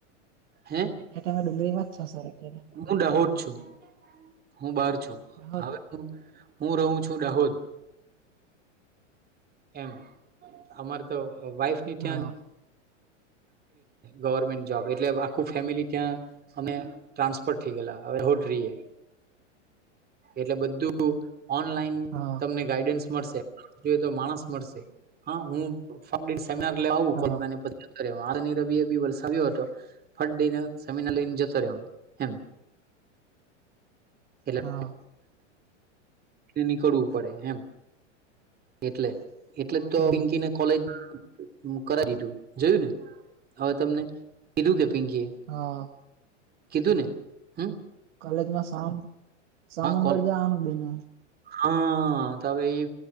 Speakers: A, on the right (about 25°); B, on the right (about 75°).
A: હે
B: <unintelligible> ડુંગળી વા જ છો સર અત્યારે
A: હું દાહોદ છું, હું બાર છું,
B: દાહોદ
A: હવે હુ હું રહું છું દાહોદ એમ અમારે તો વાઈફ ની ત્યાં
B: હા
A: ગવર્મેન્ટ જોબ એટલે આખું ફેમિલી ત્યાં અમે ટ્રાન્સફર થઈ ગયલા હવે રીએ
B: <inaudible>
A: એટલે બધું ઓનલાઈન
B: હા
A: તમને ગાઈડન્સ મળશે જોએ તો માણસ મળશે હા હું સેમિનાર લેવા આવુ
B: હા
A: <unintelligible> આ રની રબિ એ બી વલસાવ્યો હતો ફટ દઈને સેમીનાર લઈને જતો રહ્યો એમ એટલે
B: હા
A: નીકળવું પડે એમ એટલે એટલે તો
B: હમ
A: પિંકીને કોલેજ કરાવી દીધું જોયું ને હવે તમને કીધું કે પીંકી
B: હા
A: કીધુંને હમ
B: કલેજમાં સા સામંગળ
A: કોલ
B: જવાનું બેને
A: હા હા તો હવે એ